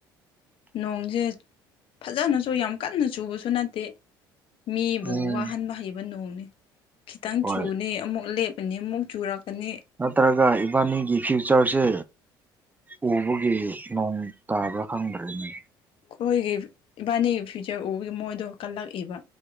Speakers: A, on the left; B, on the right.
A: ꯅꯣꯡꯁꯦ ꯐꯖꯅꯁꯨ ꯌꯥꯝ ꯀꯟꯅ ꯆꯨꯕꯁꯨ ꯅꯠꯇꯦ ꯃꯤꯕꯨ
B: ꯎꯝ
A: ꯋꯥꯍꯟꯕ ꯍꯩꯕ ꯅꯣꯡꯅꯦ ꯈꯤꯇꯪ
B: ꯍꯣꯏ
A: ꯆꯨꯅꯤ ꯑꯃꯨꯛ ꯂꯦꯞ__ ꯄꯅꯤ ꯑꯃꯨꯛ ꯆꯨꯔꯛꯀꯅꯤ
B: ꯅꯠꯇ꯭ꯔꯒ ꯏꯕꯥꯅꯤꯒꯤ ꯐ꯭ꯌꯨꯆꯔꯁꯦ ꯎꯕꯒꯤ ꯅꯣꯡ ꯇꯥꯕ꯭ꯔꯥ ꯈꯪꯗ꯭ꯔꯦꯅꯦ
A: ꯑꯩꯈꯣꯏꯒꯤ ꯏꯕꯥꯅꯤꯒꯤ ꯐ꯭ꯌꯨꯆꯔ ꯎꯕꯒꯤ ꯃꯣꯏꯗꯣ ꯀꯜꯂꯛꯏꯕ